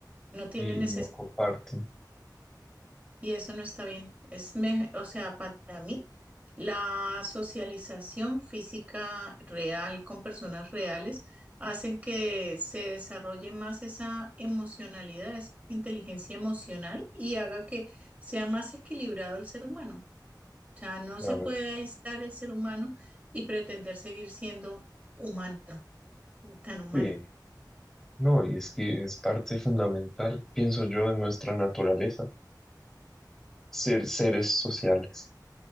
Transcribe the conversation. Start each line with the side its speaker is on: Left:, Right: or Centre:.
Right: no tienen
Centre: y
Right: necesidad
Centre: no comparten,
Right: Y eso no está bien. Es me- o sea, para mí, la socialización física real con personas reales hacen que se desarrolle más esa emocionalidad, esa inteligencia emocional y haga que sea más equilibrado el ser humano. O sea, no
Centre: la
Right: se
Centre: verdad.
Right: puede aislar el ser humano y pretender seguir siendo humano, tan humano.
Centre: Sí. No, y es que es parte fundamental, pienso yo, de nuestra naturaleza, ser seres sociales.